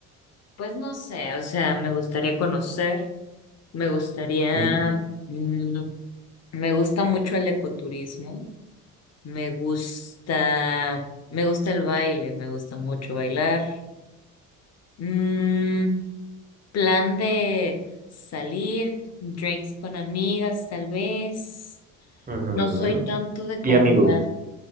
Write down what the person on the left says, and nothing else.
Pues no sé, o sea, me gustaría conocer, me gustaría,
mm, me gusta mucho el ecoturismo, me gusta, me gusta el baile, me gusta mucho bailar. Mm, plan de salir, drinks con amigas, tal vez.
No soy tanto de comprar.